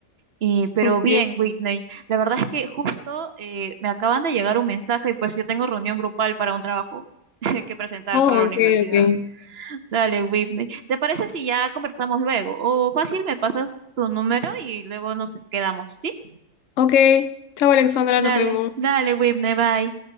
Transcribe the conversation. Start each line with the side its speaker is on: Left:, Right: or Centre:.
Right: Y- pero
Left: Ok.
Right: bien, Whitney, la verdad es que justo eh, me acaban de llegar un mensaje y pues yo tengo reunión grupal para un trabajo <laughs> que presentar
Left: Oh,
Right: para la universidad.
Left: ok, ok.
Right: Dale, Whitney. ¿Te parece si ya conversamos luego? O fácil, me pasas tu número y luego nos quedamos, ¿sí?
Left: Ok. Chao, Alexandra,
Right: Dale,
Left: nos vemos.
Right: dale, Whitney, bye.